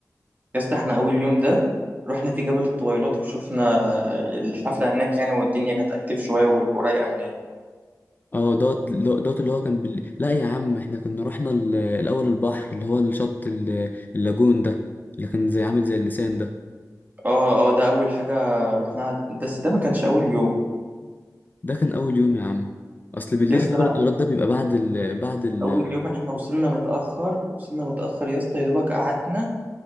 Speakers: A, on the right; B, on the left.
A: يا اسطى احنا اول يوم ده رحنا في جبل الطويلات وشفنا آه، الحفله هناك يعني والدنيا كانت اكتف شويه وال- ورايقه هناك
B: اه دوت لو- دوت اللي هو كان بال... لا يا عم احنا كنا رحنا ال- الاول البحر اللي هو الشط ال- اللاجون ده اللي كان زي عامل زي اللسان ده
A: اه اه ده اول حاجه رحناها بس ده ما كانش اول يوم
B: ده كان اول يوم يا عم اصل بالليل
A: يا اسطى
B: جبل
A: لا
B: التورات ده بيبقى بعد ال... بعد ال...
A: اول يوم احنا وصلنا متاخر وصلنا متاخر يا اسطى يا دوبك قعدنا